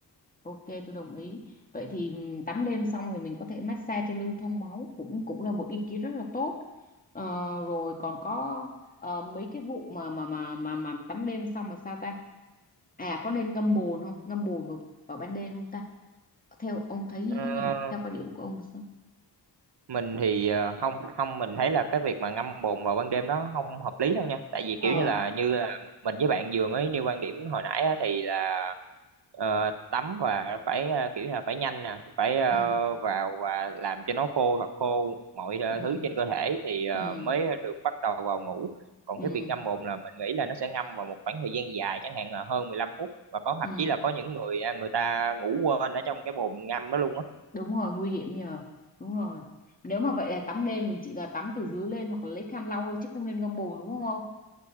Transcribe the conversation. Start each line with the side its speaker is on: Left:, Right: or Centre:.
Left: ok tôi đồng ý vậy thì ừm, tắm đêm xong thì mình có thể massage cho lưu thông máu cũng cũng là một ý kiến rất là tốt ờ, rồi còn có ờ, mấy cái vụ mà mà mà mà mà tắm đêm xong là sao ta à có nên ngâm bồn không ngâm bồn vào, vào ban đêm không ta theo ông thấy như
Right: Ờ,
Left: thế nào theo quan điểm của ông sao
Right: mình thì ờ, không không mình thấy là cái việc mà ngâm bồn vào ban đêm nó không hợp lý đâu nha tại vì
Left: ờ
Right: kiểu như là như là mình với bạn vừa mới nêu quan điểm hồi nãy á, thì là ờ, tắm và phải ờ, kiểu như là phải nhanh nè phải ờ,
Left: ừ
Right: vào và làm cho nó khô thật khô mọi ờ,
Left: ừ
Right: thứ trên cơ thể thì ờ,
Left: ừ
Right: mới được bắt đầu vào ngủ còn
Left: ừ
Right: cái việc ngâm bồn là mình nghĩ là nó sẽ ngâm vào một khoảng thời gian dài chẳng hạn là hơn 15 phút và có thậm
Left: ừ
Right: chí là có những người à, người ta ngủ quên ở trong cái bồn ngâm đó luôn á
Left: đúng rồi nguy hiểm nhờ đúng rồi nếu mà vậy là tắm đêm mình chỉ là tắm từ dưới lên hoặc là lấy khăn lau thôi chứ không nên ngâm bồn đúng không ông